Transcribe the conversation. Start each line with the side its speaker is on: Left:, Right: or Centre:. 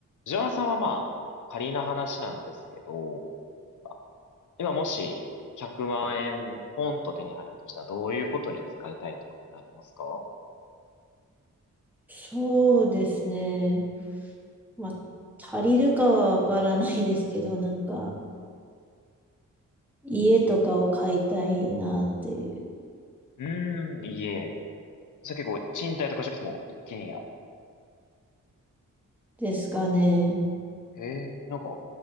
Left: 藤原さんはまあ、仮な話なんですけど、まあ、今もし100万円ポンと手に入るとしたらどういうことに使いたいとかってありますか
Centre: そうですね。まあ、足りるかはわからないですけど、なんか、家とかを買いたいなっていう、
Left: うーん、家。それ結構賃貸とかじゃなくても一軒家。
Centre: ですかね。
Left: えー、なんか、